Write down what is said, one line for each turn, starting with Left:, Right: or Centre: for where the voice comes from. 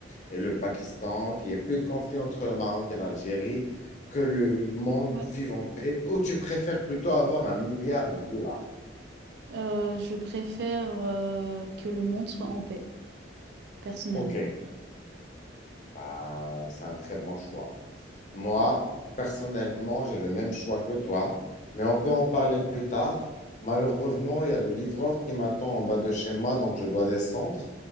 Left: et le Pakistan, qu'il n'y ait plus de conflits entre le Maroc et l'Algérie, que le monde
Right: Ouais.
Left: vive en paix, ou tu préfères plutôt avoir un milliard de dollars?
Right: Euh, je préfère euh, que le monde soit en paix, personnellement.
Left: Ok, bah, c'est un très bon choix. Moi, personnellement, j'ai le même choix que toi, mais on peut en parler plus tard. Malheureusement, il y a le livreur qui m'attend en bas de chez moi, donc je dois descendre.